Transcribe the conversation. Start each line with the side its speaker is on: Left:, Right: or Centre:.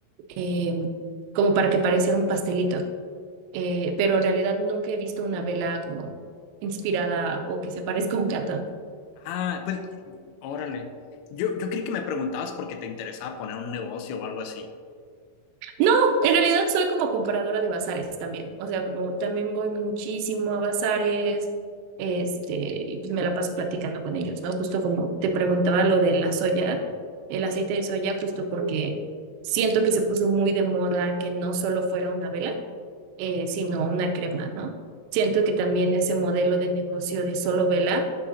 Right: eh, como para que pareciera un pastelito eh, pero en realidad nunca he visto una vela como inspirada o que se parezca a un gato.
Left: Ah, pues, órale. Yo, yo creí que me preguntabas porque te interesaba poner un negocio o algo así.
Right: No, en realidad soy como comparadora de bazares también, o sea, como también voy muchísimo a bazares, este, y pues me la paso platicando con ellos, ¿no? Justo como te preguntaba lo de la soya, el aceite de soya, justo porque siento que se puso muy de moda que no solo fuera una vela, eh, sino una crema, ¿no? Siento que también ese modelo de negocio de solo vela,